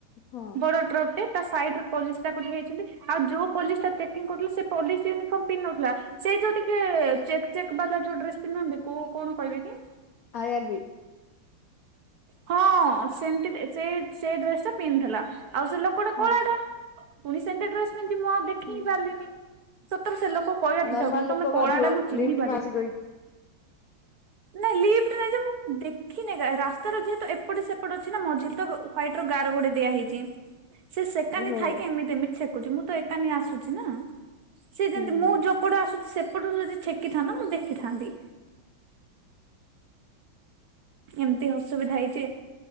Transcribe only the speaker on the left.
ହଁ
I R B.
ହୁଁ
ହୁଁ
ନର୍ମାଲ
ଲୋକ
ଭାବିବ
ଲିଫ୍ଟ
ମାଗିଚି କହିକି
ହଁ
ହୁଁ